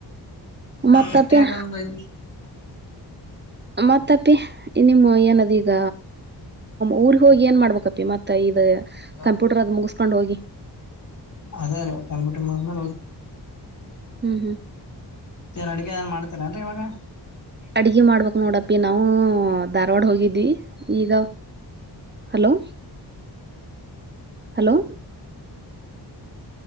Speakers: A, on the right; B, on the left.
A: ಮತ್ತಪ್ಪಿ
B: ಅಷ್ಟತೆೇ ಆರಾಮದಾಯ
A: ಮತ್ತಪ್ಪಿ ನಿಮ್ಮ ಏನದ್ ಈಗ ಊರ್ ಹೋಗಿ ಏನ್ ಮಾಡ್ಬೇಕಪ್ಪಿ ಮತ್ತ ದ
B: ಹಲೋ
A: ಕಂಪ್ಯೂಟರ್ ಅದು ಮುಗಸ್ಕೊಂಡ್ ಹೋಗಿ
B: ಅೇ ಅ ಕಣಪಟ್ಟ ಮೂೋ
A: ಹ್ಮ್ ಹ್ಮ್
B: ನ್ ಅಡ್ಗೆ ದನ್ ಮಾಡ್ತೀರ ಏನ್ರಿ ಇವಾಗ
A: ಅಡಗೆ ಮಾಡ್ಬೇಕಕ್ ನೋಡಪ್ಪಿ ನಾವು ಧಾರವಾಡ ಹೋಗಿದ್ವಿ ಈಗ ಹಲೋ ಹಲೋ